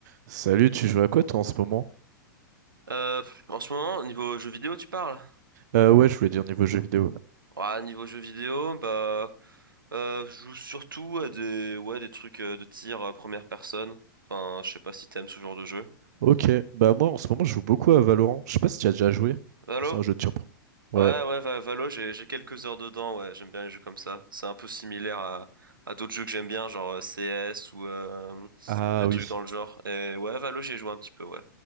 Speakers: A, on the right; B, on the right.
A: Salut, tu joues à quoi toi en ce moment?
B: Euh, pff, en ce moment, niveau jeux vidéo, tu parles?
A: Euh, ouais, je voulais dire niveau jeu vidéo.
B: Ouais, niveau jeux vidéo, bah, euh, je joue surtout à des, ouais, des trucs euh, de tir euh, première personne. Enfin, je sais pas si t'aimes ce genre de jeu.
A: Ok, bah moi en ce moment je joue beaucoup à Valorant. Je sais pas si tu as déjà joué.
B: Valo?
A: C'est un jeu de surprise. Ouais.
B: Ouais, ouais, Va- Valo, j'ai, j'ai quelques heures dedans, ouais, j'aime bien les jeux comme ça. C'est un peu similaire à, à d'autres jeux que j'aime bien, genre euh, CS ou euh,
A: Ah
B: des trucs
A: oui.
B: dans le genre. Et ouais, Valo, j'ai joué un petit peu, ouais.